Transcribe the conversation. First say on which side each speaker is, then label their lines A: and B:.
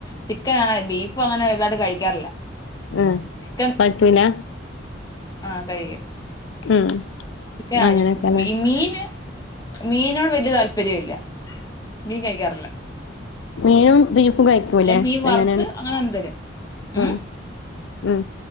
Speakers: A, on the left (about 20°); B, on the left (about 80°).
A: ചിക്കൻ ആണ് ബീഫ് അങ്ങനെ വലുതായിട്ട് കഴിക്കാറില്ല
B: ആഹ്
A: ചിക്കൻ
B: പറ്റൂല
A: ആഹ് കഴിക്കും
B: ഉം
A: ചിക്കനാണ്
B: അങ്ങനെയൊക്കെല്ലേ
A: ഇഷ്ടം മീന് മീനോട് വലിയ താല്പര്യമില്ല മീൻ കഴിക്കാറില്ല
B: മീനും <unintelligible> കയിക്കൂല്ലേ
A: അല്ലെ മീൻ വറുത്ത്
B: എങ്ങനെയാണ്
A: അങ്ങനെ എന്തേലും ഉം
B: മ് മ്